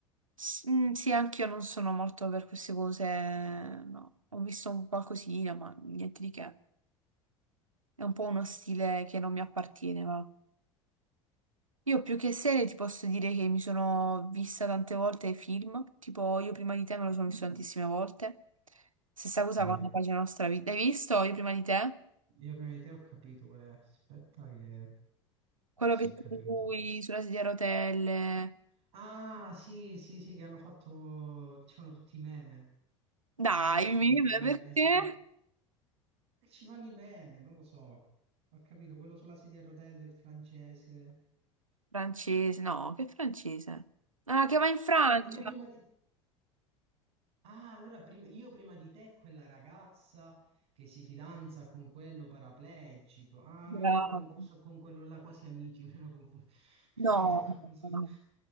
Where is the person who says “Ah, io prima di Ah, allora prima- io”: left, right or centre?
Right